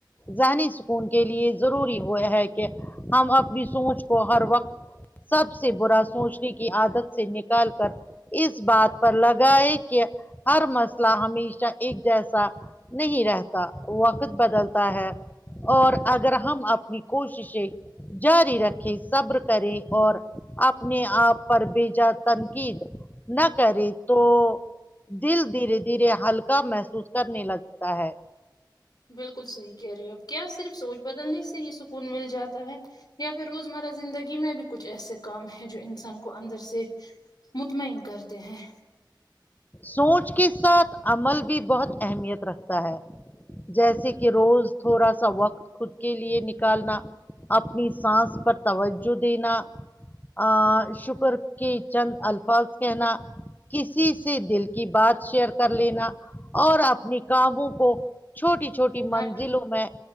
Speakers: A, on the left; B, on the left.
A: جانی سکون کے لیے ضروری ہو ہے کہ ہم اپنی سوچ کو ہر وقت سب سے برا سوچنے کی عادت سے نکال کر اس بات پر لگ گائے کے ہر مسئلہ ہمیشہ ایک جیسا نہیں رہتا وقت بدلتا ہے اور اگر ہم اپنی کوششیں جاری رکھیں صبر کریں اور اپنے آپ پر بیجا تنقید نہ کرے تو دل دھیرے دھیرے ہلکا محسوس کرنے لگتا ہے
B: بالکل صحیح کہرہی ہو آپ کیا صرف سوچ بدلنے ہی سکون مل جاتا ہے یا پھر روزمرہ زندگی میں بھی کچھ ایسے کام ہے جو انسان کو کو اندر سے مطمئن کرتے ہیں
A: سوچ کے ساتھ عمل بھی بہت اہمیت رکھتا ہے جیسے کہ روز تھوڑا سا وقت خود کے لیے نکالنا اپنی سانس پر توجہ دینا ا شکر کی چند الفاظ کہنا کسی سے دل کی بات شیئر کر لینا اور اپنی گموں کو چھوٹی چھوٹی منزلوں
B: بھر کے
A: میں